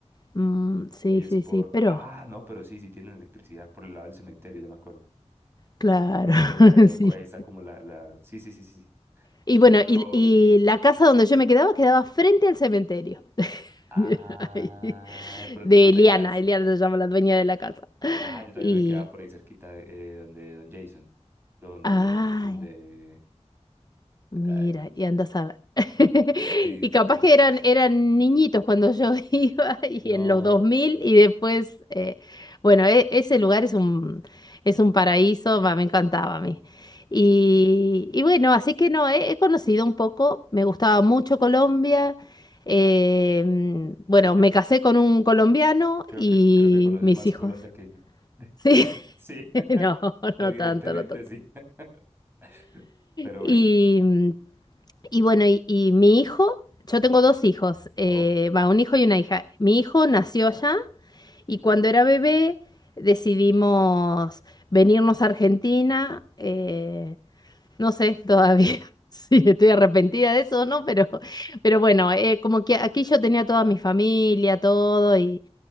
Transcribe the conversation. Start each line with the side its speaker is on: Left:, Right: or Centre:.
Left: mm, sí,
Right: Y es
Left: sí,
Right: por,
Left: sí, pero
Right: ah, no, pero sí, sí tienen electricidad por el lado del cementerio, ya me acuerdo.
Left: claro,
Right: Me acuerdo que ahí, hay
Left: <laughs> sí.
Right: co- ahí está como la, la, sí, sí, sí, sí. sí.
Left: Y bueno,
Right: Pero no,
Left: y, y la casa donde yo me quedaba quedaba frente al cementerio. <laughs>
Right: ah,
Left: Mira, ahí.
Right: de pronto
Left: De
Right: tú
Left: Eliana,
Right: te quedaste
Left: Eliana se llama la dueña de la casa.
Right: Ah, yo también
Left: Y,
Right: me quedaba por ahí cerquita eh, donde Don Jason. Donde,
Left: ay,
Right: donde.
Left: Mira,
Right: Ay, ¿cómo es
Left: y
Right: que-
Left: andas a ver. <laughs>
Right: Sí,
Left: Y
Right: es
Left: capaz
Right: pre-
Left: que eran, eran niñitos cuando yo <laughs> iba y
Right: no,
Left: en los dos mil y después, eh, bueno, e- ese lugar es un, es un paraíso, va, me encantaba a mí. Y, y bueno, así que no, he, he conocido un poco, me gustaba mucho Colombia. eh, bueno,
Right: creo que,
Left: me casé con un colombiano
Right: creo
Left: y
Right: que, creo que conoces
Left: mis
Right: más
Left: hijos.
Right: Colombia que yo. <laughs>
Left: Sí,
Right: Sí, <laughs>
Left: <laughs> no,
Right: evidentemente
Left: no tanto, no tanto.
Right: sí. <laughs> Pero
Left: Y,
Right: bueno.
Left: y bueno, y, y mi hijo, yo tengo dos hijos, eh,
Right: Oh.
Left: va, un hijo y una hija. Mi hijo nació allá y cuando era bebé decidimos venirnos a Argentina. eh, no sé todavía <laughs> si estoy arrepentida de eso o no, pero, pero bueno, eh, como que aquí yo tenía toda mi familia, todo, y,